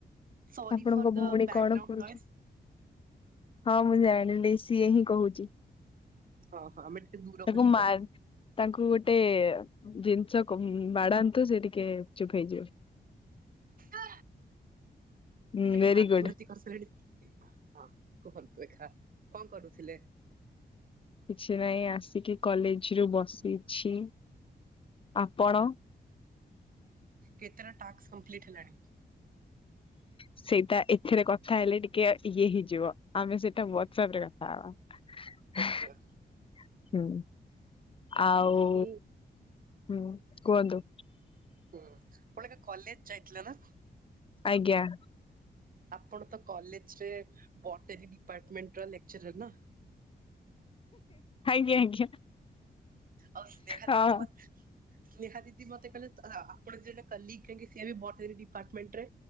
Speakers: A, on the right; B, on the left.
A: ସରି
B: ଆପଣଙ୍କ
A: ଫର୍ ଦ
B: ଭଉଣୀ
A: ବ୍ୟାକଗ୍ରାଉଣ୍ଡ
B: କଣ କରୁଛି?
A: ନଏଜ।
B: ହଁ ମୁଁ ଜାଣିଲି ସିଏ ହିଁ କହୁଛି।
A: ହଁ ହଁ ଆମେ ଟିକେ ଦୂରକୁ
B: ତାକୁ
A: ଯିବା।
B: ମା ତାଙ୍କୁ ଗୋଟେ ଜିନିଷ ବାଡ଼ାନ୍ତୁ ସେ ଟିକେ ଚୁପ ହେଇଯିବେ।
A: ଆ।
B: ହୁଁ
A: ତାକ
B: ଭେରି
A: ବାନ୍ତି
B: ଗୁଡ
A: ବାନ୍ତି କରିସାରିଲାଣି। ହଁ କୁହନ୍ତୁ ଏକା କଣ କରୁଥିଲେ?
B: କିଛି ନାହିଁ ଆସିକି କଲେଜ ରୁ ବସିଛି। ଆପଣ?
A: କେତେଟା ଟାସ୍କ କଂପ୍ଲିଟ ହେଲାଣି?
B: ସେଇଟା ଏଥିରେ କଥା ହେଲେ ଟିକେ ଇଏ ହେଇଯିବ। ଆମେ ସେଇଟା ହ୍ୱାଟସଆପ ରେ କଥା ହବା।
A: ଓକେ ଓକେ
B: <inaudible> ହୁଁ ଆଉ
A: ମୁଁ
B: ହୁଁ କୁହନ୍ତୁ।
A: ହୁଁ କଣ କଲେଜ ଯାଇଥିଲା ନା?
B: ଆଜ୍ଞା।
A: ଆପଣ ତ କଲେଜରେ ବଟେରୀ ଡିପାର୍ଟମେଣ୍ଟ ର ଲେକ୍ଚର ନା।
B: ଆଜ୍ଞା -ଆଜ୍ଞା।
A: ଆଉ ସ୍ନେହା
B: ହଁ
A: ଦିି ମ ସ୍ନେହା ଦିଦି ମତେ କହିଲେ ଆପଣ <unintelligible> ବି ବଟେରୀ ଡିପାର୍ଟମେଣ୍ଟ ରେ